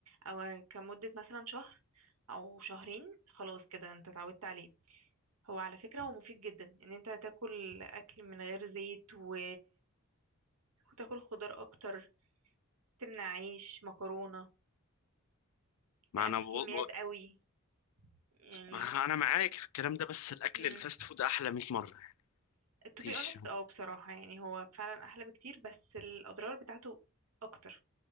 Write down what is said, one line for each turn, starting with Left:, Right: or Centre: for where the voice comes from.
Right: أو كمدة مثلا شهر أو شهرين خلاص كده أنت اتعودت عليه هو على فكرة هو مفيد جدا إن أنت تاكل أكل من غير زيت و... وتاكل خضار أكتر تمنع عيش مكرونة
Left: ما
Right: تقلل
Left: انا ب... ب...
Right: كميات قوي يعني
Left: ما انا معاك في الكلام ده بس الاكل
Right: مم.
Left: الفاست فود احلى 100 مره
Right: to
Left: مفيش
Right: be honest اه بصراحة يعني هو فعلا أحلى بكتير بس الأضرار بتاعته أكتر